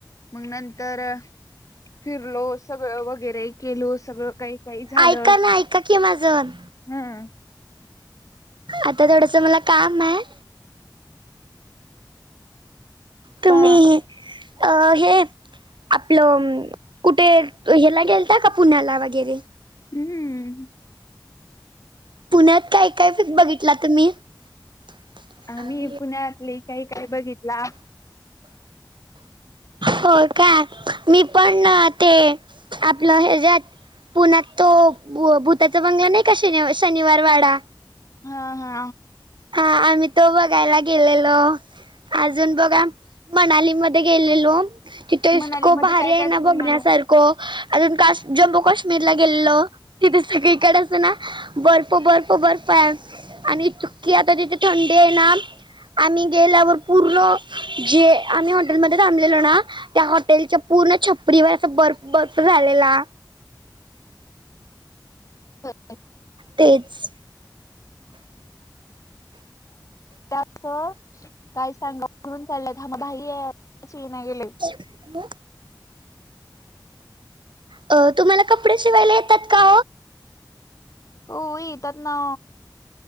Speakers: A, on the left; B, on the right.
A: मग नंतर फिरलो सगळं वगैरे. गेलो सगळं काही काही झालं
B: ऐका ना ऐका की माझं
A: हम्.
B: आता थोडस मला काम आहे. तुम्ही
A: हा.
B: अ हे आपलं कुठे ह्याला गेलता का पुण्याला वगैरे?
A: हम्म
B: पुण्यात काय काय बघितला तुम्ही? <inaudible>
A: आम्ही पुण्यातले काही काय बघितला.
B: हो का मी पण ते आपल यांच्यात पुण्यात तो भूताचा बंगला नाही का शनिवार वाडा
A: हा हा
B: हा आम्ही तो बघायला गेलेलो अजून बघूया. मनाली मध्ये गेलेलो तिथे इतक
A: मनालीमध्ये
B: भारी
A: काय
B: आहे
A: काय
B: ना
A: फिरून
B: बघण्यासारख
A: आलो.
B: अजून काश जम्मू काश्मीरला गेलेलो तिथे सगळीकडे अस ना बर्फ बर्फ बर्फ आहे आणि कि आता तिथे थंडी आहे ना आम्ही गेल्यावर पूर्ण जे आम्ही हॉटेलमध्ये थांबलेलो ना त्या हॉटेलच्या पूर्ण छपरीवर असा बर्फ बर्फ झालेला
A: ह
B: तेच
A: अस काय सांगारून चाललंयत हमा भाई आहेच ल नाही गेले
B: हो अ तुम्हाला कपडे शिवायला येतात का
A: हो येेतत ना